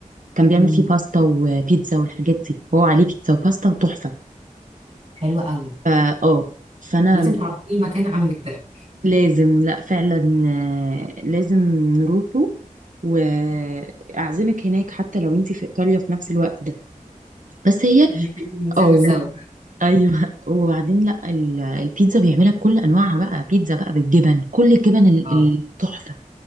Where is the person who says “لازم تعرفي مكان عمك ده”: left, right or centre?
Right